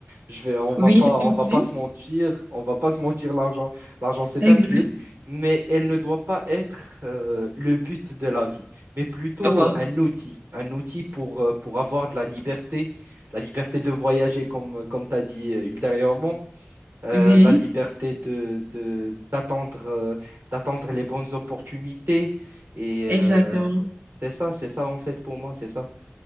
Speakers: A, on the right; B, on the right.
A: Je vais, on va
B: oui,
A: pas, on
B: c'est un
A: va
B: plus.
A: pas se mentir, on va pas se mentir, l'argent, l'argent c'est
B: Exact.
A: un plus, mais elle ne doit pas être euh, le but de la vie, mais plutôt
B: Voilà.
A: un outil, un outil pour, euh, pour avoir de la liberté, la liberté de voyager comme, comme tu as dit euh, ultérieurement, euh,
B: Oui,
A: la liberté de, de, d'attendre, euh, d'attendre les bonnes opportunités, et euh,
B: exactement.
A: c'est ça, c'est ça en fait pour moi, c'est ça.